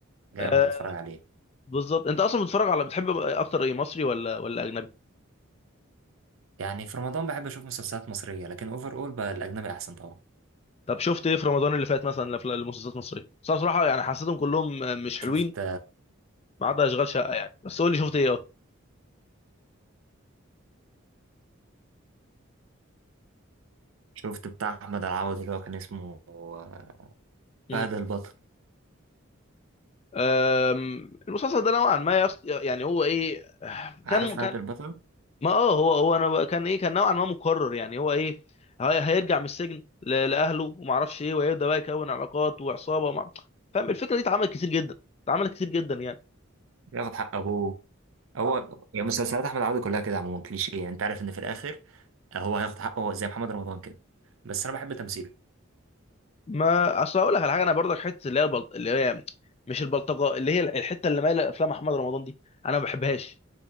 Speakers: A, on the right; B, on the left.
A: جامد
B: آه
A: هتفرج عليه
B: بالظبط انت اصلا بتتفرج على بتحب اكتر ايه مصري ولا ولا اجنبي
A: يعني في رمضان بحب اشوف مسلسلات مصرية لكن اوفر اول بقى الاجنبي احسن طبعا
B: طب شفت ايه في رمضان اللي فات مثلا الأفلام- المسلسلات المصريه بس أنا بصراحه يعني حسيتهم كلهم مش حلوين
A: شفت
B: ما عدا اشغال شقه يعني بس قول لي شفت ايه اه
A: شفت بتاع احمد العوض اللي هو كان اسمه آه،
B: مم.
A: فهد البطل
B: أم، المسلسل ده نوعا ما يص... يعني هو ايه
A: عارف
B: كان
A: فهد
B: كان
A: البطل
B: ما اه هو هو انا بقى- كان ايه كان نوعا ما مكرر يعني هو ايه هي- هيرجع من السجن ل- لاهله وما اعرفش ايه وهيبدا بقى يكون علاقات وعصابه ومع... فاهم الفكره دي اتعملت كتير جدا اتعملت كتير جدا يعني
A: ياخد حق ابوه هو يعني مسلسلات احمد العوض كلها كده عموما كليشيه يعني انت عارف ان في الاخر هو هياخد حقه زي محمد رمضان كده بس انا بحب تمثيله
B: ما اصل هقول لك على حاجه انا برضك حته اللي هي البلط... اللي هي مش البلطجه اللي هي الحته اللي مايله افلام احمد رمضان دي انا ما بحبهاش